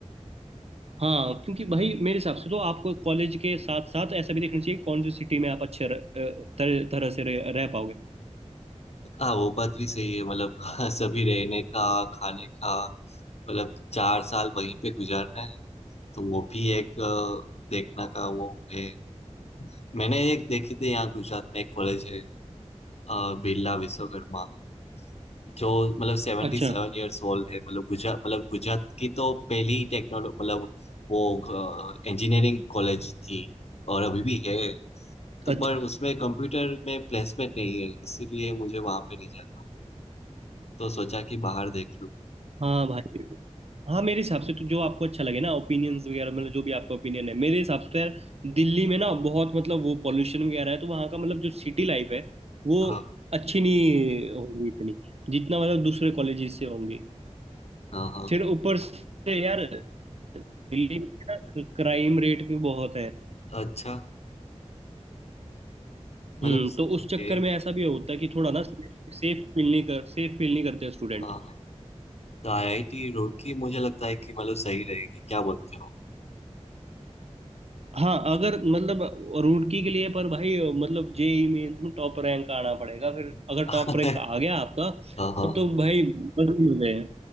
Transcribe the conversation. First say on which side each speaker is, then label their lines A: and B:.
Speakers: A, on the right; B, on the left.
A: हाँ क्योंकि भाई मेरे हिसाब से तो आपको कॉलेज के साथ साथ ऐसा भी देखना चाहिए कौन सी सिटी में आप अच्छे रह- अ, तरह तरह से रह, रह पाओगे
B: हाँ वो बात भी सही है मतलब <laughs> सभी रहने का खाने का मतलब चार साल वहीं पे गुजारना है तो वो भी एक अ, देखना का वो है मैंने एक देखी थी यहाँ गुजरात में एक कॉलेज है अ, बिरला विश्वकर्मा जो मतलब सेवेंटी
A: अच्छा
B: सेवन ईयर्स ओल्ड है मतलब गुजरात मतलब गुजरात की तो पहली टेक्नोलॉजी मतलब वो इंजीनियरिंग कॉलेज थी और अभी भी है तो
A: अच्छा
B: पर उसमें कंप्यूटर में प्लेसमेंट नहीं है इसीलिए मुझे वहां पे नहीं जाना तो सोचा कि बाहर देख लूँ
A: हाँ भाई हाँ मेरे हिसाब से तो जो आपको अच्छा लगे ना ओपिनियंस वगैरह मतलब जो भी आपका ओपिनियन है मेरे हिसाब से तो यार दिल्ली में ना बहुत मतलब वो पॉल्यूशन वगैरह है तो वहाँ का मतलब जो सिटी लाइफ है वो
B: हाँ
A: अच्छी नहीं होगी इतनी जितना मतलब दूसरे कॉलेजेस से होंगी
B: हाँ हाँ
A: फिर ऊपर से यार दिल्ली में क्राइम रेट भी बहुत है
B: अच्छा मतलब
A: हम्म तो
B: ओके
A: उस चक्कर में ऐसा भी होता है कि थोड़ा ना सेफ फील नहीं कर सेफ फील नहीं करते स्टूडेंट
B: हाँ हाँ। तो आईआईटी रुड़की मुझे लगता है कि मतलब सही रहेगी क्या बोलते हो
A: हाँ अगर मतलब रुड़की के लिए पर भाई मतलब जेई मेंस में टॉप रैंक आना पड़ेगा फिर अगर
B: <laughs>
A: टॉप रैंक आ गया आपका
B: हाँ हाँ
A: तब तो भाई बदल हो गए